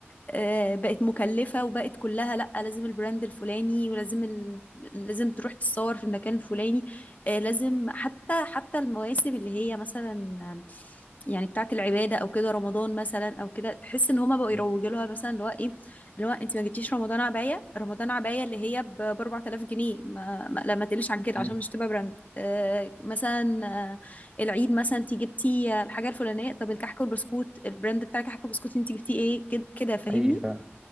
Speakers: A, on the left (about 35°); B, in the centre.
A: آه، بقت مكلفه وبقت كلها لا لازم البراند الفلاني ولازم ال... لازم تروح تتصور في المكان الفلاني آه، لازم حتى حتى المواسم اللي هي مثلا آه، يعني بتاعت العباده او كده رمضان مثلا او كده تحس ان هما بقوا
B: مم.
A: يروجوا لها مثلا اللي هو ايه اللي هو انت ما جبتيش رمضان عبايه رمضان عبايه اللي هي ب 4000 جنيه ما- لا ما تقليش عن كده
B: مم.
A: عشان مش تبقى براند آه، مثلا آه، العيد مثلا انت جبتي آه، الحاجه الفلانيه طب الكحك والبسكوت البراند بتاع الكحك والبسكوت انت جبتيه ايه كد- كده فاهمني
B: حقيقي فعلا